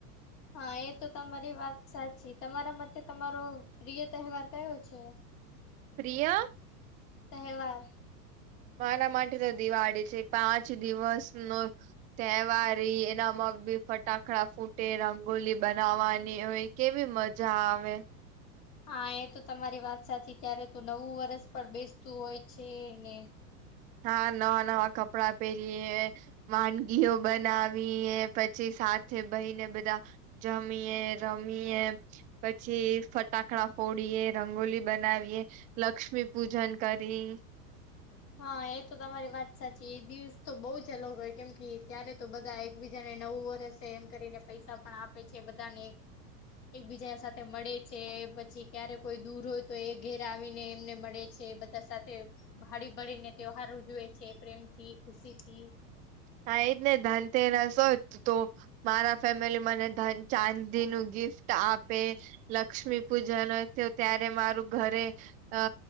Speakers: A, on the left; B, on the right.
A: હા એ તો તમારી વાત સાચી તમારા માટે તમારો પ્રિય તહેવાર કયો છે?
B: પ્રિય
A: તહેવાર
B: મારા માટે તો દિવાળી છે પાંચ દિવસ નો તહેવારી એનામાં <unintelligible> ફટાકડા ફૂટે રંગોલી બનાવાની હોય કેવી મજા આવે
A: હા એ તો તમારી વાત સાચી ત્યારે તો નવું વરસ પણ બેસતું હોય છે ને
B: હા નવા નવા કપડાં પહેરીએ વાનગીઓ બનાવીએ પછી સાથે ભાઈ ને બધા જમીએ રમીએ પછી ફટાકડા ફોડીએે રંગોલી બનાવીએ લક્ષ્મી પૂજન કરી
A: હા એ તો તમારી વાત સાચી એ દિવસ તો બહુ જ અલગ કેમ કે ત્યારે તો બધા એકબીજાને નવું વર્ષ તો એમ કરીને પૈસા પણ આપે છે બધાને એકબીજા સાથે મળે છે પછી ક્યારે કોઈ દૂર હોય તો એ ઘેર આવીને એમને મળે છે. સાથે ભાડી ભળીને તહેવાર ઉજવે છે પ્રેમ થી ખુશીથી
B: હા એજ ને ધનતેરસ હોથ તો મારા ફેમિલી મને ધન ચાંદી નું ગિફ્ટ આપે લક્ષ્મી પૂજા <unintelligible> તો ત્યારે મારું ઘરે અ